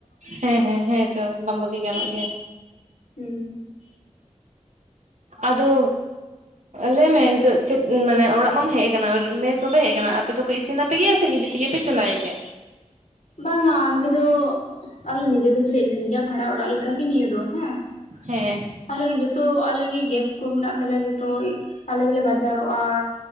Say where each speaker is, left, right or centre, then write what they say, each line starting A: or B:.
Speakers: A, on the right (about 75°); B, on the left (about 85°).
A: ᱦᱮᱸ ᱦᱮᱸ ᱦᱮᱸᱛᱚ ᱵᱟᱝ ᱵᱟᱹᱜᱤ ᱜᱟᱱᱚᱜ ᱜᱮᱭᱟ᱾
B: ᱦᱩᱸ᱾
A: ᱟᱫᱚ ᱞᱟᱹᱭᱢᱮ ᱱᱤᱛᱳᱜ ᱪᱮᱫ ᱢᱟᱱᱮ ᱚᱲᱟᱜ ᱢᱟᱢ ᱦᱮᱡ ᱟᱠᱟᱱᱟ ᱾ ᱢᱮᱥ ᱵᱟᱵᱮ ᱦᱮᱡ ᱟᱠᱟᱱᱟ ᱟᱯᱮ ᱫᱚ? ᱠᱚ ᱤᱥᱤᱱ ᱟᱯᱮ ᱜᱮᱭᱟ ᱥᱮ ᱱᱤᱡᱮ ᱛᱮ ᱜᱮ ᱯᱮ ᱪᱚᱸᱫᱟᱭᱮᱜᱼᱟ?
B: ᱵᱟᱝᱟ ᱱᱚᱸᱰᱮ ᱫᱚ ᱟᱞᱮ ᱱᱤᱡᱮ ᱛᱮ ᱜᱮ ᱞᱮ ᱤᱥᱤᱱ ᱜᱮᱭᱟ, ᱵᱷᱟᱲᱟ ᱚᱲᱟᱜ ᱞᱮᱠᱟ ᱜᱮ ᱱᱤᱭᱟᱹ ᱫᱚ ᱦᱮᱸ ᱾
A: ᱦᱮᱸ᱾
B: ᱟᱞᱮ ᱜᱮ ᱡᱚᱛᱚ, ᱟᱞᱮ ᱜᱮ ᱜᱮᱥ ᱠᱚ ᱢᱮᱱᱟᱜ ᱛᱟᱞᱮᱭᱟ ᱡᱚᱛ᱾ ᱛᱚ ᱟᱞᱮ ᱜᱮ ᱞᱮ ᱵᱟᱡᱟᱨᱚᱜᱼᱟ,